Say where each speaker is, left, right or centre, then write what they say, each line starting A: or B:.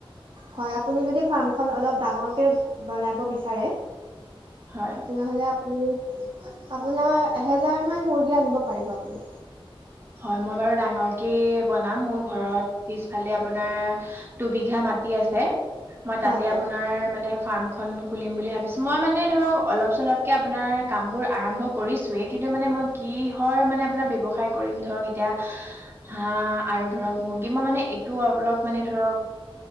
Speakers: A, on the right; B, on the right.
A: হয়, আপুনি যদি ফাৰ্মখন অলপ ডাঙৰকে বনাব বিচাৰে।
B: হয়।
A: তেনেহ'লে আপুনি আপোনাৰ এহেজাৰমান মুৰ্গী আনিব পাৰিব আপুনি।
B: হয়, মই বাৰু ডাঙৰকে বনাম। মোৰ ঘৰত পিছফালে আপোনাৰ দুবিঘা মাটি আছে মই তাতে
A: হয় হয়
B: আপোনাৰ মানে ফাৰ্মখন খুলিম বুলি ভাবিছো মই মানে ধৰক অলপ চলপকে আপোনাৰ কাম বোৰ আৰম্ভ কৰিছোৱেই কিন্তু মানে মই কিহৰ মানে আপোনাৰ ব্যৱসায় কৰিম ধৰক এতিয়া হাঁ আৰু ধৰক মুৰ্গী মই মানে এইটো অলপ মানে ধৰক